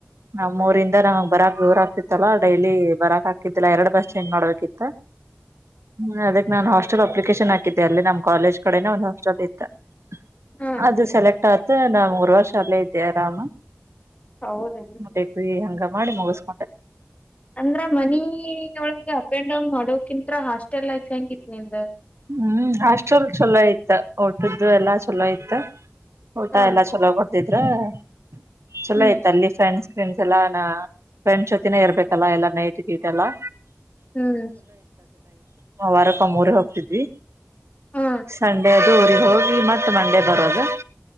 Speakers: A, on the right; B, on the left.
A: ನಮ್ಮರಿಂದ ನಮ್ ಬರ ದೂರ ಆಗ್ತ. ಡೈಲಿ ಬರಕ್ ಹಾಕಿತ್ತಲ್ಲ ಎರಡ್ ಬಸ್ ಚೇಂಜ್ ಮಾಡಬೇಕಿತ್ತ. ಹ್ಮ್ ಅದಕ್ ನಾನ್ ಹಾಸ್ಟೆಲ್ ಅಪ್ಲಿಕೇಶನ್ ಹಾಕಿದ್ದೆ ಅಲ್ಲಿ ನಮ್ಮ್ ಕಾಲೇಜ್ ಕಡೆನ <inaudible>
B: ಹಾ
A: ಅದು ಸೆಲೆಕ್ಟ ಆತ ನಾ ಮೂರುವರ್ಷ ಅಲ್ಲೇ ಇದ್ದೆ ಆರಾಮ.
B: ಹೌದೇನು
A: <unintelligible> ಹಂಗ ಮಾಡಿ ಮುಗಿಸಕೊಂಡೆ.
B: ಅಂದ್ರ ಮನಿ ಒಳಗೆ ಅಪ್ ಅಂಡ್ ಡೌನ್ ಮಾಡೋಕಿಂತ ಹಾಸ್ಟೆಲ್ ಲೈಫ್ ಹೆಂಗಿ ನಿಮ್ದ.
A: ಹ್ಮ್ ಹಾಸ್ಟೆಲ್ ಚಲೋ ಇತ್ತು ಊಟದು ಎಲ್ಲಾ ಚಲೋ ಇತ್ತು ಊಟ
B: ಹಾ
A: ಎಲ್ಲಾ ಚಲೋ ಕೊಡ್ತಿದ್ರ <inaudible> ಚಲೋ
B: ಹ್ಮ್
A: ಇತ್ತು ಅಲ್ಲಿ ಫ್ರೆಂಡ್ಸ್. ಫ್ರೆಂಡ್ಸ್ ಎಲ್ಲಾ ನ ಫ್ರೆಂಡ್ಸ್ ಜೊತ ಇರ್ಬೇಕಲ್ಲಾ ಎಲ್ಲಾ ನೈಟ್ ಗಿಟ ಎಲ್ಲಾ.
B: ಹ್ಮ್.
A: ವಾರಕೊಮ್ಮೆ ಊರಿಗೆ ಹೋಗತಿದ್ವಿ <inaudible>
B: ಹಾ
A: ಸಂಡೆ ಅದು ಹೋಗಿ ಮತ್ತ್ ಮಂಡೆ ಬರದು